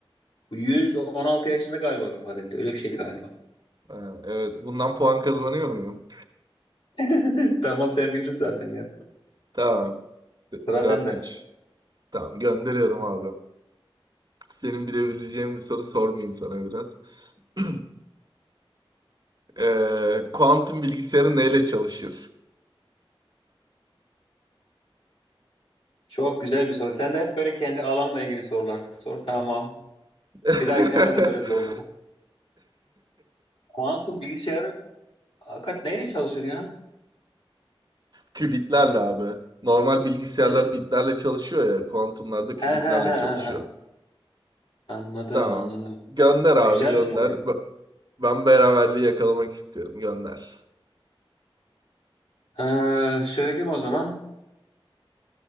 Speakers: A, on the left; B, on the right.
A: 116 yaşında galiba vefat etti. Öyle bir şeydi galiba.
B: Ha, evet bundan puan kazanıyor muyum?
A: <laughs> Tamam sen bildin zaten ya.
B: Tamam.
A: Sıra
B: dört
A: sende.
B: 3 Tamam gönderiyorum abi. Senin bilebileceğin bir soru sormayayım sana biraz. <clears throat> Ee, kuantum bilgisayarı neyle çalışır?
A: Çok güzel bir soru. Sen de hep böyle kendi alanla ilgili sorular sor. Tamam.
B: <laughs>
A: Bir dahakine ben de böyle zorlarım. Kuantum bilgisayarı hakikat neyle çalışır ya?
B: Kübitlerle abi. Normal bilgisayarlar
A: Hı.
B: bitlerle çalışıyor ya. Kuantumlarda kübitlerle
A: He he he he.
B: çalışıyor.
A: he. Anladım
B: Tamam.
A: anladım.
B: Gönder abi
A: Güzelmiş
B: gönder.
A: yani.
B: Ben ben beraberliği yakalamak istiyorum. Gönder.
A: Ee, söyleyeyim o zaman.